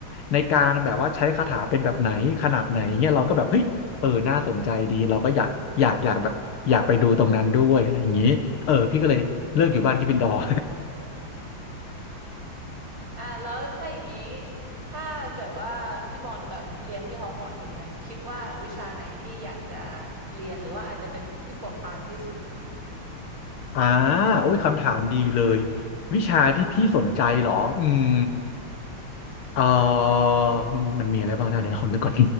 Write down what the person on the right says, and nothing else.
อ่ะแล้วถ้าอย่างนี้ถ้าเกิดว่าพี่บอลแบบเรียนที่ฮอกวอตส์อย่างเงี้ยคิดว่าวิชาไหนที่อยากจะเรียนหรือว่าอาจจะเป็นที่โปรดปรานที่สุด